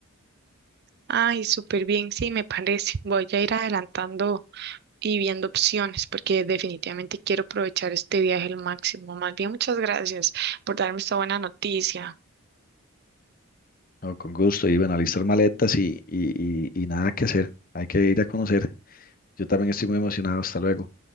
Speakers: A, on the right; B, on the left.
A: Ay, súper bien, sí, me parece. Voy a ir adelantando y viendo opciones porque definitivamente quiero aprovechar este viaje al máximo. Más bien, muchas gracias por darme esta buena noticia.
B: No, con gusto. Y bueno, alistar maletas y, y, y y nada que hacer. Hay que ir a conocer. Yo también estoy muy emocionado. Hasta luego.